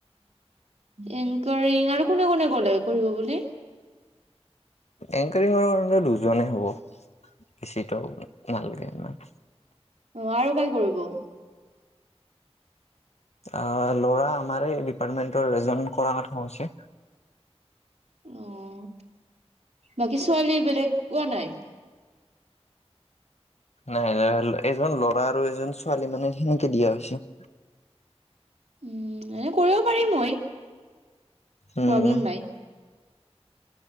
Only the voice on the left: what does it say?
এংকাৰিঙৰ কাৰণ দুজনে হ'ব, বেছিতো নালাগে ইমান।
অ', ল'ৰা আমাৰেই ডিপাৰ্টমেন্টৰ এজন কৰা কথা কৈছে।
নাই, নাই এজন ল'ৰা আৰু এজন ছোৱালী মানে সেনেকে দিয়া হৈছে।
উম